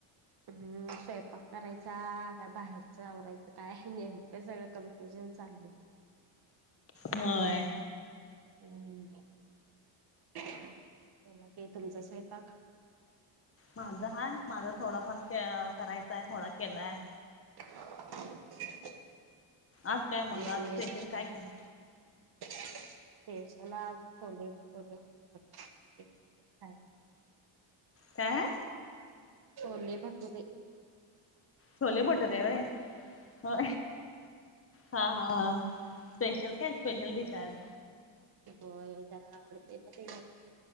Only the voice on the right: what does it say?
हम्म स्वयंपाक करायचा काय बाहेरच आवरायचं काय हे नेमकं सगळं कन्फ्युजन चाले
हम्म बोला की तुमचा स्वयंपाक
<inaudible>
नॉनव्हेज
स्पेशल आज छोले भटोरे आहेत <unintelligible> एकदा खायला.
छोले भटुरे.
ओय जरा आवडते ना, ते